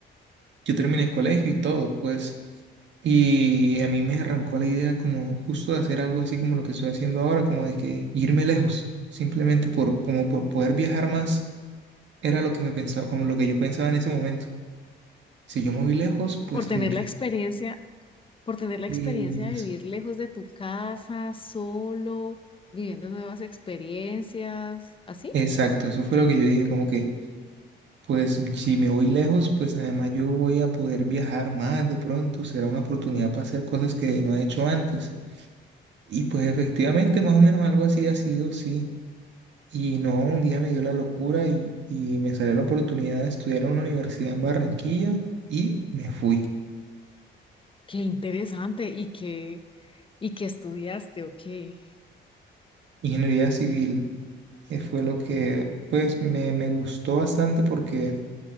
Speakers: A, on the right (about 65°); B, on the left (about 25°).
A: yo terminé el colegio y todo, pues. Y a mí me arrancó la idea como justo de hacer algo así como lo que estoy haciendo ahora, como de que irme lejos, simplemente por, como por poder viajar más, era lo que me pensaba, como lo que yo pensaba en ese momento. Si yo me voy lejos, pues
B: ¿Por tener
A: como que...
B: la experiencia por tener la
A: es-
B: experiencia de vivir lejos de tu casa, solo, viviendo nuevas experiencias, así.
A: Exacto, eso fue lo que yo dije, como que, pues si me voy lejos, pues además yo voy a poder viajar más de pronto, será una oportunidad para hacer cosas que no he hecho antes. Y pues efectivamente, más o menos algo así ha sido, sí. Y no, un día me dio la locura y, y me salió la oportunidad de estudiar en una universidad en Barranquilla y me fui.
B: Qué interesante. ¿Y qué, y qué estudiaste o qué?
A: Ingeniería civil, que fue lo que pues me, me gustó bastante porque,